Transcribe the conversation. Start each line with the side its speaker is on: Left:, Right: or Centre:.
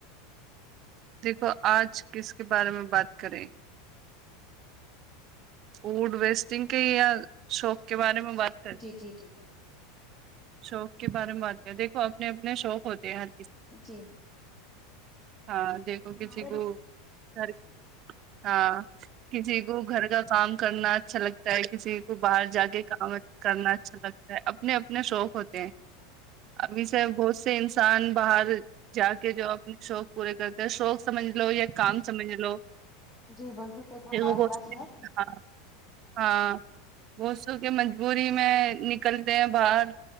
Right: دیکھو آج کس کے بارے میں بات کریں فوڈ ویسٹنگ کے یا شوق کے بارے میں بات کریں
Left: جی جی جی
Right: شوق کے بارے میں بات کریں دیکھو اپنے اپنے شوق ہوتے ہیں ہ
Left: جی
Right: ہاں دیکھو
Left: ہمارے
Right: کسی کو گھر ہاں کسی کو گھر کا کام کرنا اچھا لگتا ہے کسی کو باہر جا کے کام کرنا اچھا لگتا ہے اپنے اپنے شوق ہوتے ہیں ابھی سے بہت سے انسان باہر جا کے جو اب اپنے شوق پورے کرتے ہیں شوق سمجھ لو یا کام سمجھ لو
Left: جی بالکل صحیح فرمایا
Right: دیکھو
Left: رہے ہیں
Right: بہت
Left: با
Right: سے
Left: جی آپ
Right: ہاں ہاں بسوں کی مجبوری میں نکلتے ہیں باہر